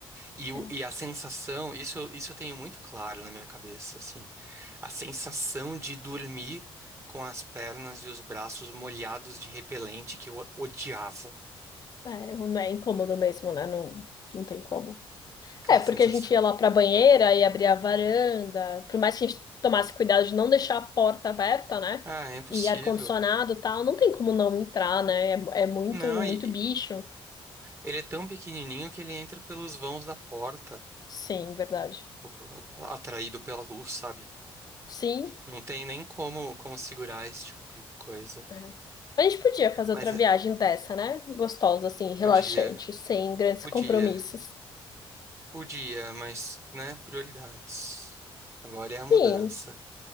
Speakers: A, on the right (about 30°); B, on the left (about 40°).
A: E, o-
B: É,
A: e a sensação, isso, isso eu tenho muito claro na minha cabeça, assim. A sensação de dormir com as pernas e os braços molhados de repelente que eu odiava.
B: é, não é incômodo mesmo, né? Não, não tem como.
A: Aquela
B: É, porque
A: sensação.
B: a gente ia lá pra banheira e abria a varanda, por mais que a gente tomasse cuidado de não deixar a porta aberta, né?
A: Ah, é impossível.
B: E ar-condicionado e tal, não tem como não entrar, né? É, é muito,
A: Não,
B: muito
A: e,
B: bicho.
A: Ele é tão pequenininho que ele entra pelos vãos da porta,
B: Sim, verdade.
A: <laughs> atraído pela luz, sabe?
B: Sim.
A: Não tem nem como, como segurar esse tipo de coisa.
B: É. A gente podia fazer
A: Mas
B: outra
A: é-
B: viagem dessa, né? Gostosa, assim, relaxante,
A: podia,
B: sem grandes
A: podia,
B: compromissos.
A: podia, mas, né, prioridades. Agora é a mudança.
B: Sim.